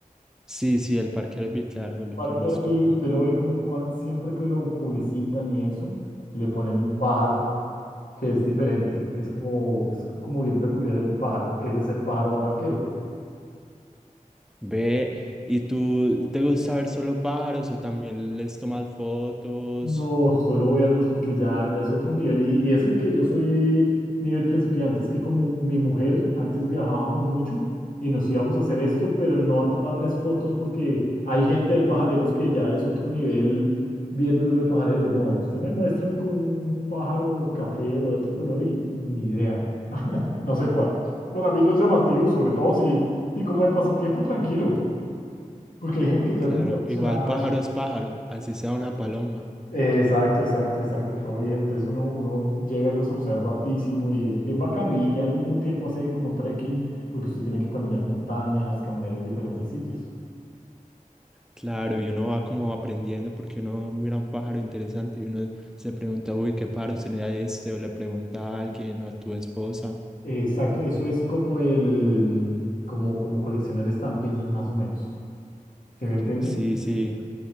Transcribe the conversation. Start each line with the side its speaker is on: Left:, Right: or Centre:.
Centre: Sí, sí, el Parque Arví, claro, lo
Left: Parque
Centre: conozco.
Left: Arví, usted lo ve como cua- siempre que lo publicitan y eso, le ponen un pájaro que es diferente, que es como, es como bien peculiar el pájaro. Ese es el pájaro barranquero.
Centre: Ve, ¿y tú te gusta ver solo pájaros o también les tomas fotos?
Left: No, solo verlos porque ya, ya es otro nivel. Y, y eso de que yo soy nivel principiante, es que como mi mujer, antes viajábamos mucho y nos íbamos a hacer esto, pero no a tomarles fotos porque hay gente, hay pajareros que ya es otro nivel bien duro de pajareros. No, usted me muestra un, un pájaro café o de otro color y ni idea. <laughs> No sé cuál. Para mí los llamativos, sobre todo si, y como de pasatiempo tranquilo, porque hay gente que ya
Centre: Claro,
Left: es muy aficionada
Centre: igual pájaro
Left: a eso.
Centre: es pájaro, así sea una paloma.
Left: Exacto, exacto, exacto, todo bien. Entonces uno, uno llega y los observa hartísimo y es bien bacano y, y al mismo tiempo hace como trekking porque usted tiene que caminar montañas, caminar en diferentes sitios.
Centre: Claro, y uno va como aprendiendo porque uno mira un pájaro interesante y uno se pregunta, uy, ¿qué pájaro será este? O le pregunta a alguien o a tu esposa.
Left: Exacto, eso es como el, como, como coleccionar estampillas más o menos. ¿Se me entiende?
Centre: Sí, sí,